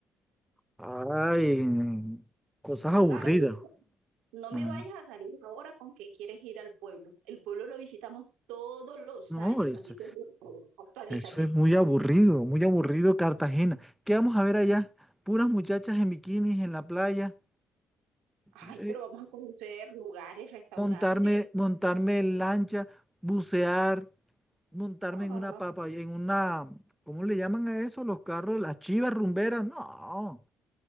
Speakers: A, in the centre; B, on the right.
A: Ay, cosas aburridas.
B: Carlos, no
A: Mm,
B: me vayas a salir ahora con que quieres ir al pueblo. El pueblo lo visitamos todos los
A: No,
B: años,
A: eso,
B: así que por favor, actualízate.
A: eso es muy aburrido, muy aburrido Cartagena. ¿Qué vamos a ver allá? Puras muchachas en bikinis en la playa,
B: Ay,
A: eh,
B: pero vamos a conocer lugares, restaurantes.
A: montarme, montarme en lancha, bucear, montarme
B: Ah,
A: en una papa, en una, ¿cómo le llaman a eso? Los carros, las chivas rumberas. No,